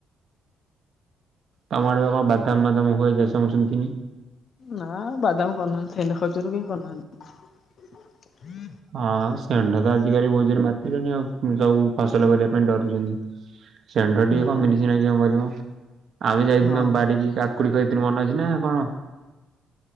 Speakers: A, on the right; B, on the left.
A: ତମଆଡେ ବା କଣ ବାଦାମ ବାଦାମ ହୁଏ ମୁଁ ଶୁଣିଥିନି।
B: ନା ବାଦାମ କରୁନାହାନ୍ତି ସେଣ୍ଡ ଖାଉଛନ୍ତିବୋଲି କରୁନାହାନ୍ତି।
A: ହଁ ଷେଣ୍ଢ ତ ଆଜିକାଲି ବହୁତ ଜୋରେ ମାତିଲେଣି ଆଉ ସବୁ ଫସଲ କରିବା ପାଇଁ ଡରୁଛନ୍ତି। ଷେଣ୍ଢ ଟିକେ
B: ହୁଁ
A: କମିନେ ସିନା କଣ କରିବ, ଆମେ ଯାଇଥିନୁ
B: ହଁ
A: ଆମ ବାଡିକିା କାକୁଡି ଖାଇଥିଲି ମନ ଅଛି ନା କଣ